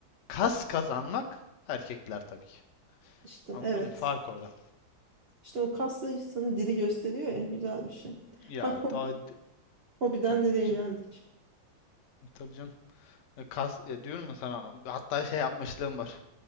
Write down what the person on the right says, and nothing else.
İşte
evet.
İşte o kaslı insanı diri gösteriyor ya güzel bir şey.
Bak hobi,
hobiden
nereye
geldik.